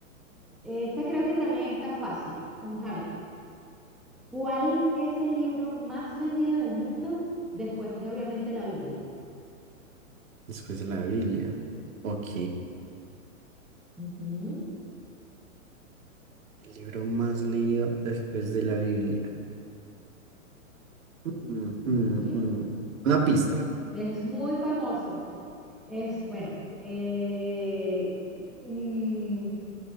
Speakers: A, in the centre; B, on the right.
A: esta creo que también está fácil. Vamos a ver. ¿Cuál es el libro más vendido del mundo después de, obviamente, la Biblia?
B: Después de la Biblia. Ok.
A: Ujú, ujú,
B: El libro más leído después de la Biblia. Mm, mm,
A: ujú.
B: mm. Una pista.
A: Es muy famoso. Es, bueno, eh, mm,